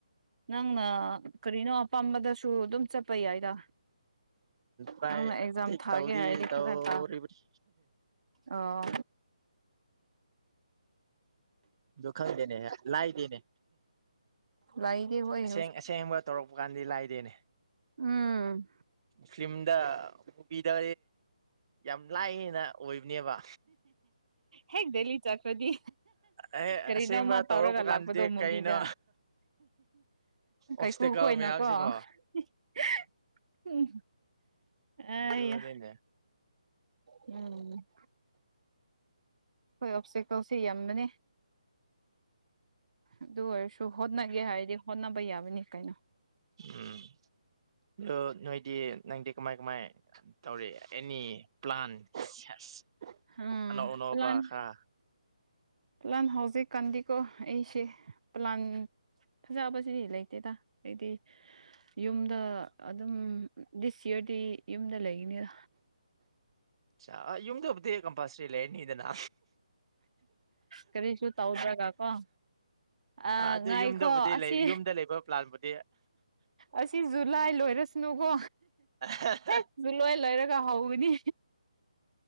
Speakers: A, on the right; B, on the right.
A: ꯅꯪꯅ ꯀꯔꯤꯅꯣ ꯑꯄꯥꯝꯕꯗꯁꯨ ꯑꯗꯨꯝ ꯆꯠꯄ ꯌꯥꯏꯗ
B: ꯇ꯭ꯔꯥꯏ
A: ꯅꯪꯅ ꯑꯦꯛꯖꯥꯝ
B: ꯇꯤꯛ
A: ꯊꯥꯒꯦ
B: ꯇꯧꯗꯤ
A: ꯍꯥꯏꯗꯤ
B: ꯇꯧꯔꯤꯕꯅꯤ
A: ꯈꯔ ꯇꯥ ꯑꯥ
B: ꯗꯨꯈꯪꯗꯦꯅꯦ ꯂꯥꯏꯗꯦꯅꯦ
A: ꯂꯥꯏꯗꯤ ꯍꯣꯏ
B: ꯑꯁꯦꯡ
A: ꯍꯧ
B: ꯑꯁꯦꯡꯕ ꯇꯧꯔꯛꯄ ꯀꯥꯟꯗꯗꯤ ꯂꯥꯏꯗꯦꯅꯦ
A: ꯍꯥ
B: ꯐꯤꯂꯝꯗ ꯇꯤꯚꯤꯗ ꯌꯥꯝ ꯂꯥꯏꯅ ꯎꯏ ꯅꯦꯕ
A: ꯍꯦꯛ ꯗꯦꯜꯂꯤ ꯆꯠꯈ꯭ꯔꯗꯤ
B: ꯑꯩ
A: ꯀꯔꯤꯅꯣꯃ
B: ꯑꯁꯦꯡꯕ ꯇꯧꯔꯛꯄ
A: ꯇꯧꯔꯒ ꯂꯥꯛꯄꯗꯣ
B: ꯀꯥꯟꯗꯤ
A: ꯃꯨꯚꯤꯗ
B: ꯀꯩꯅꯣ ꯑꯣꯞꯁꯇꯦꯀꯦꯜ
A: ꯀꯥꯏꯀꯨ ꯈꯣꯏꯅꯀꯣ
B: ꯃꯌꯥꯝꯁꯤꯀꯣ
A: <unintelligible> ꯑꯩꯌꯥ
B: ꯂꯨꯔꯦꯅꯦ
A: ꯎꯝ ꯑꯩꯈꯣꯏ ꯑꯣꯞꯇꯦꯀꯦꯜꯁꯦ ꯌꯥꯝꯕꯅꯤ ꯑꯗꯨ ꯑꯣꯏꯔꯁꯨ ꯍꯣꯠꯅꯒꯦ ꯍꯥꯏꯔꯗꯤ ꯍꯣꯠꯅꯕ ꯌꯥꯕꯅꯤ ꯀꯩꯅꯣ
B: ꯎꯝ ꯑꯗꯨ ꯅꯣꯏꯗꯤ ꯅꯪꯗꯤ ꯀꯃꯥꯏꯟ ꯀꯃꯥꯏꯟ ꯇꯧꯔꯤ ꯑꯦꯅꯤ ꯄ꯭ꯂꯥꯟ ꯁꯦꯁ
A: ꯍꯝ
B: ꯑꯅꯧ ꯑꯅꯧꯕ
A: ꯄ꯭ꯂꯥꯟ
B: ꯈꯔ
A: ꯄ꯭ꯂꯥꯟ ꯍꯧꯖꯤꯛ ꯀꯥꯟꯗꯤꯀꯣ ꯑꯩꯁꯦ ꯄ꯭ꯂꯥꯟ ꯐꯖꯕꯁꯤ ꯂꯩꯇꯦꯗ ꯑꯩꯗꯤ ꯌꯨꯝꯗ ꯑꯗꯨꯝ ꯗꯤꯁ ꯌꯔꯗꯤ ꯌꯨꯝꯗ ꯂꯩ ꯏꯅ
B: ꯆꯥ ꯌꯨꯝꯗꯕꯨꯗꯤ ꯀꯝꯄꯜꯁꯔꯤ ꯂꯩꯔꯅꯤꯗꯅ
A: ꯀꯔꯤꯁꯨ ꯇꯧꯗ꯭ꯔꯒ ꯀꯣ ꯑꯥ
B: ꯑꯗꯨ
A: ꯉꯥꯏꯈꯣ
B: ꯌꯨꯝꯗꯕꯨꯗꯤ
A: ꯑꯁꯤ
B: ꯂꯩ ꯌꯨꯝꯗ ꯂꯩꯕ ꯄ꯭ꯂꯥꯟꯕꯨꯗꯤ
A: ꯑꯁꯤ ꯖꯨꯂꯥꯏ ꯂꯣꯏꯔꯁꯅꯨꯀꯣ
B: ꯑꯥ ꯍꯥ ꯍꯥ
A: ꯍꯦꯛ ꯖꯨꯂꯥꯏ ꯂꯩꯔꯒ ꯍꯧꯒꯅꯤ